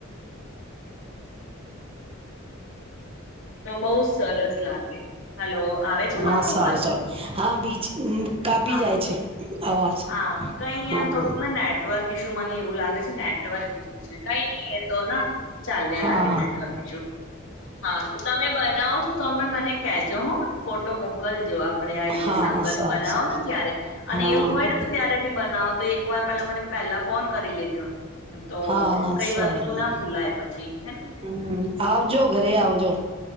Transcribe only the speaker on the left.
તો બઉુ સરસ લાગે હલો આવે છે
મારો
અવાજ
હા
હા કઈ
ન થોડુંક ને નેટવર્ક મને એવું લાગે છે ને નેટવર્ક ઈશું છે કઈ નહી એ તો ચાલ
રાખે નેટવર્ક ઈશુ હા તો તમે બનાવો તો તમે મને કજો હ મને ફોટો મોકલજો આપ આપડે આ ઈડલી
સાંબર
બનાવો
ને જય્યારે અને
એવું હોય ને તો જયારે બી બનાવો તો એક ક પલા મને પેલા ફોન કરી લીજો તો
કઈ
વસ્તુ ના ભૂલાય પછી હે